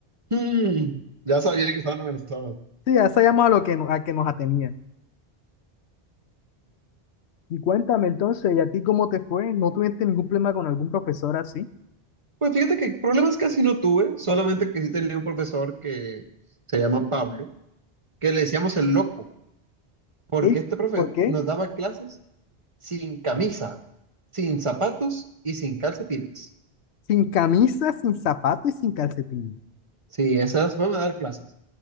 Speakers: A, on the right (about 30°); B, on the left (about 85°).
A: Mm, ya sabía que estaban amenazados.
B: Sí, ya sabíamos a lo que, no- a que nos atenía. Y cuéntame entonces, ¿y a ti cómo te fue? ¿No tuviste ningún problema con algún profesor así?
A: Pues fíjate que problemas casi no tuve, solamente que sí tenía un profesor que se llama Pablo, que le decíamos el loco, porque
B: ¿Y
A: este profe
B: por qué?
A: nos daba clases sin camisa, sin zapatos y sin calcetines.
B: Sin camisa, sin zapato y sin calcetín.
A: Sí, esas fueron a dar clases.